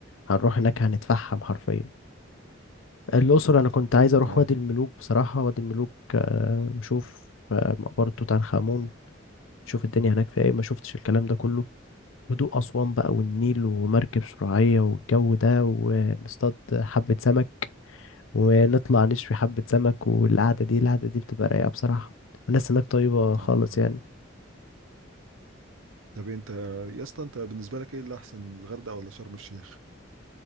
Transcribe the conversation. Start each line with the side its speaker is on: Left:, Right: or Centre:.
Left: هنروح هناك هنتفحم حرفيا الأقصر أنا كنت عايز أروح
Right: اه
Left: وادي الملوك بصراحة وادي الملوك آه، وأشوف آه، مقبرة توت عنخ آمون أشوف الدنيا هناك فيها إيه ما شفتش الكلام ده كله هدوء أسوان بقى والنيل ومركب شراعية والجو ده ونصطاد حبة سمك ونطلع نشوي حبة سمك والقعدة دي القعدة دي بتبقى رايقة بصراحة والناس هناك طيبة خالص
Right: اه والله
Left: يعني
Right: طب انت يا اسطى انت بالنسبة لك ايه اللي أحسن الغردقة ولا شرم الشيخ؟